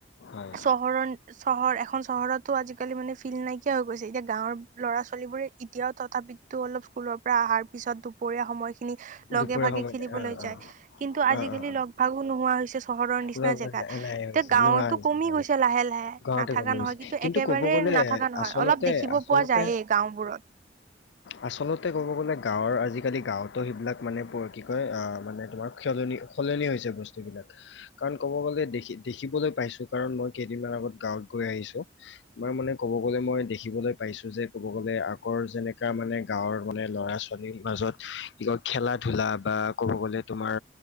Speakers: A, on the left; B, on the right.
A: হয়
B: চহৰৰ- চহৰ, এখন চহৰতো আজিকালি মানে ফিল্ড নাইকিয়া হৈ গৈছে। এতিয়া গাঁৱৰ ল'ৰা-ছোৱালীবোৰে এতিয়াও তথাপিত- তো অলপ স্কুলৰ- অহাৰ পিছত দুপৰীয়া সময়খিনি লগে-ভাগে
A: দুপৰীয়া সময়ত
B: খেলিবলৈ
A: অ
B: যায়।
A: অ
B: কিন্তু আজিকালি
A: অ অ অ
B: লগ- ভাগো নোহোৱা হৈছে। চহৰৰ নিচিনা
A: লগ
B: জেগাত,
A: নাই
B: এতিয়া
A: হৈছে
B: গাঁৱতো
A: নোহোৱা হৈছে
B: কমি
A: হয়
B: গৈছে লাহে লাহে,
A: গাঁৱতে
B: নাথাকা
A: কমি গৈছে
B: নহয়। কিন্তু একেবাৰে
A: ক'ব গ'লে
B: নাথাকা নহয়
A: আচলতে
B: অলপ দেখিব
A: আচলতে
B: পোৱা যায়েই গাঁওবোৰত।
A: আচলতে ক'ব গ'লে গাঁৱৰ আজিকালি গাঁৱত ত' সেইবিলাক মানে কি কয় অ' মানে তোমাৰ সলনি সলনি হৈছে বস্তুবিলাক। কাৰণ ক'ব গ'লে দেখিবলৈ পাইছো, কাৰন মই কেইদিন আগত গাঁৱত গৈ আহিছো। মই মানে ক'ব গ'লে মই দেখিবলৈ পাইছো যে ক'ব গ'লে আগৰ যেনেকা মানে গাঁৱৰ মানে ল'ৰা ছো ৱালীৰ মাজত কি কয় খেলা ধূলা বা ক'ব গ'লে তোমাৰ